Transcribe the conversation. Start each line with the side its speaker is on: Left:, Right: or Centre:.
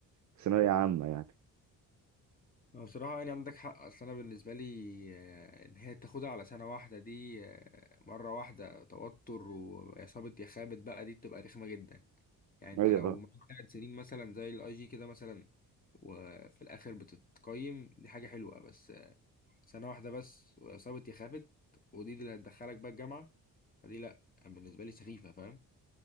Right: في ثانوية عامة يعني
Left: ما بصراحة يعني عندك حق أصل أنا بالنسبة لي آه، إن هي تاخدها على سنة واحدة دي آه، مرة واحدة توتر وإصابة يا خابت بقى دي بتبقى رخمة جدا يعني أنت
Right: أيوه
Left: لو معاك تلات سنين مثلا زي الأي جي كده مثلا وفي الآخر بتتقيم دي حاجة حلوة بس آه، سنة واحدة بس وإصابة يا خابت ودي اللي هتدخلك بقى الجامعة فدي لأ يعني بالنسبة لي سخيفة فاهم